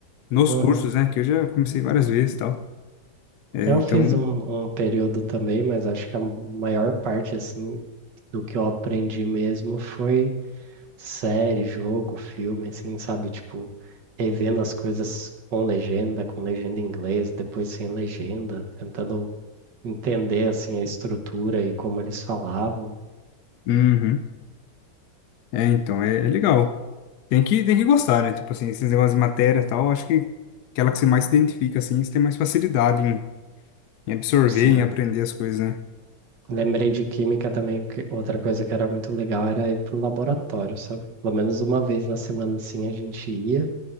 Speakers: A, on the left; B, on the right.
A: nos
B: Uhum.
A: cursos, né? Que eu já comecei várias vezes e tal. É,
B: Eu
A: então,
B: fiz um, um período também, mas acho que a maior parte, assim, do que eu aprendi mesmo foi série, jogo, filme, assim, sabe? Tipo, revendo as coisas com legenda, com legenda em inglês, depois sem legenda, tentando entender assim a estrutura e como eles falavam.
A: uhum. É, então, é, é legal. Tem que, tem que gostar, né? Tipo assim, esses negócios de matéria e tal, acho que aquela que você mais se identifica, assim, você tem mais facilidade em, em absorver,
B: Sim.
A: em aprender as coisas, né?
B: Lembrei de química também, que outra coisa que era muito legal era ir pro laboratório, sabe? Pelo menos uma vez na semana assim a gente ia